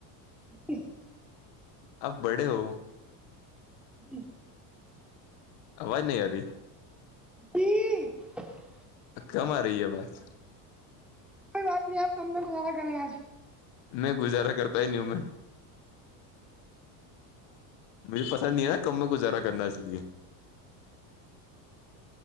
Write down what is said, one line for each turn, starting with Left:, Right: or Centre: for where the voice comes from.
Centre: <inaudible>
Left: اپ بڑے ہو
Centre: ایک
Left: آواز نہیں اری
Centre: <unintelligible>
Left: کم آ رہی ہے آواز
Centre: کوئی بات نہیں آپ کم میں گزارا کریں آج
Left: نہی گزارا کرتا ہی نہیں ہوں میں مجھے پسند نہیں ہے نا کم میں گزارا کرنا اس لیے